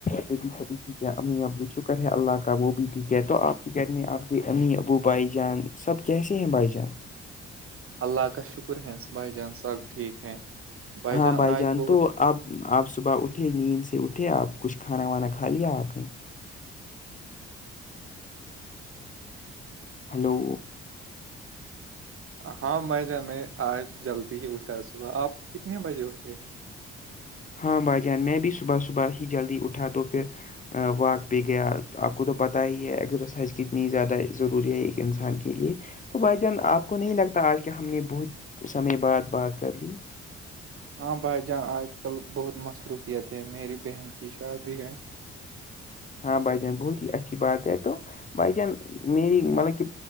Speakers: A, on the left; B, on the right.
A: ٹھیک امی ابو شکر ہے اللہ کا وہ بھی ٹھیک ہے تو آپ کہ کرنے آپ کے امی ابو بھائی جان سب کیسے ہیں بھائی جان
B: اللہ کا شکر ہے بھائی جان سب ٹھیک ہیں بھائی
A: ہاں
B: جان آج بہت
A: تو آپ آپ صبح اٹھے نیند سے اٹھے آپ کچھ کھانا وانا کھا لیا آپ نے ہلو
B: ہاں میں ج میں آج جلدی ہی اٹھا ہے صبح آپ کتنے بجے اٹھے
A: ہاں بھائی جان میں بھی صبح صبح ہی جلدی اٹھا تو پھر واک پہ گیا آپ کو تو پتاہ ہی ہے ایکزرسائز کتنی زیادہ ضروری ہے ایک انسان کے لیے تو بھائی جان آپ کو نہیں لگتا آج کے ہم نے بہت سمے بعد بات کر لی
B: ہاں بھائی جان آج کل بہت مصروفیت ہے میری بہن کی شادی ہے
A: ہاں بھائی جان بہت ہی اچھی بات ہے تو بھ جان میری مطلب کہ